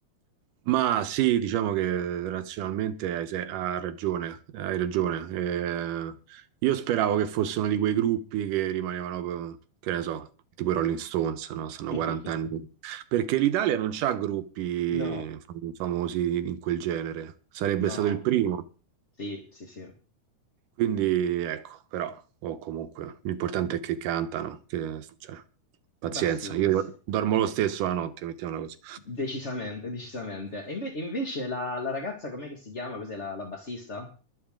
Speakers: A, on the right; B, on the left.
A: Ma sì, diciamo che razionalmente hai, se- ha ragione, hai ragione. Eh, io speravo che fossero di quei gruppi che rimanevano, che ne so, tipo i Rolling Stones, no? Stanno
B: <laughs>
A: 40 anni. Perché l'Italia non c'ha gruppi
B: No,
A: famosi in quel genere. Sarebbe
B: no,
A: stato il primo.
B: sì, sì, sì.
A: Quindi ecco, però, o comunque, l'importante è che cantano, che, cioè, pazienza,
B: Ma sì,
A: io
B: ma sì.
A: dormo lo stesso la notte, mettiamola così.
B: Decisamente, decisamente. E inve- invece la, la ragazza, com'è che si chiama? Cos'è la, la bassista?